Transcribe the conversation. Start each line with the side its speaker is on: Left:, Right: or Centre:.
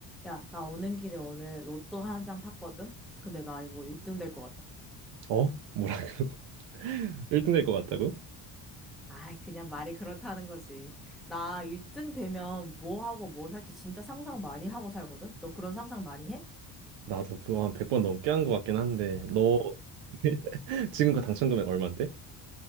Centre: 야, 나 오는 길에 오늘 로또 한 장 샀거든? 근데 나 이거 1등 될 것 같아.
Right: 어? 뭐라고? <laughs> 1등 될 것 같다고?
Centre: 아이, 그냥 말이 그렇다는 거지. 나 1등 되면 뭐 하고 뭐 살지 진짜 상상 많이 하고 살거든? 너 그런 상상 많이 해?
Right: 나도 그거 한 100번 넘게 한 것 같긴 한데 너 <laughs> 지금 그 당첨 금액 얼마인데?